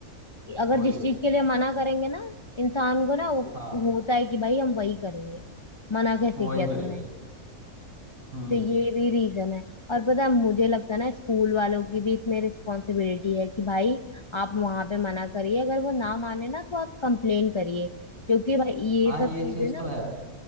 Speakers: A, on the left; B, on the right.
A: अगर
B: वही
A: जिस चीज के लिए मना करेंगे ना इंसान को ना वो-
B: हाँ
A: होता है कि भाई हम वही करेंगे मना कैसे
B: वही
A: किया
B: करेंगे
A: तूने
B: हम्म
A: तो ये भी रीजन है और पता है मुझे लगता है ना स्कूल वालों की भी इसमें रिस्पॉन्सिबिलिटी है कि भाई आप वहां पे मना करिए अगर वो ना माने ना तो आप कंप्लेन करिए क्योंकि भाई ये
B: हाँ
A: सब
B: ये
A: चीजें
B: चीज़
A: ना
B: तो है